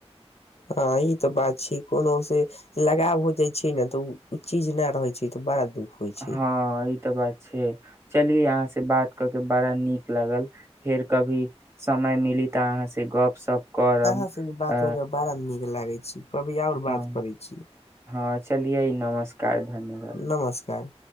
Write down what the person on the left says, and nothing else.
हँ ई तऽ बात छै कोनो से लगाव हो जाए छै न तऽ उ चीज न रहै छै तऽ बड़ा दुःख होइ छै
अहां सुनु बात
कर क बड़ा निक के लागै छी। कभी और
बात करै छियै।
नमस्कार।